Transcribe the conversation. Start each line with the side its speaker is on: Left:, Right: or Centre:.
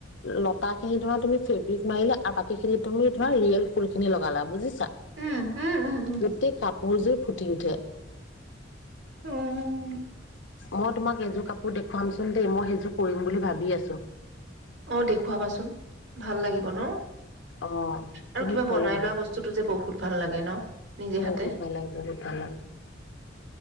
Left: লতা খিনি ধৰা তুমি ফেব্ৰিক মাৰিলা আৰু বাকী খিনি তুমি ধৰা ৰিয়েল ফুল খিনি লগালা বুজিছা,
Right: উম, উম, উম, উম,
Left: গোটেই কাপোৰ জুই ফুটি উঠে।
Right: উম,
Left: মই তোমাক এযোৰ কাপোৰ দেখুৱামচোন দেই, মই সেইযোৰ কৰিম বুলি ভাবি আছোঁ।
Right: অ', দেখুৱাবাচোন ভাল লাগিব ন'
Left: অ
Right: আৰু
Left: তুমি
Right: কিবা বনাই
Left: কৰিবা
Right: লোৱা বস্তুটো যে বহুত ভাল লাগে ন' নিজে
Left: বহুত
Right: হাতে,
Left: ভাল লাগে বহুত ভাল লাগে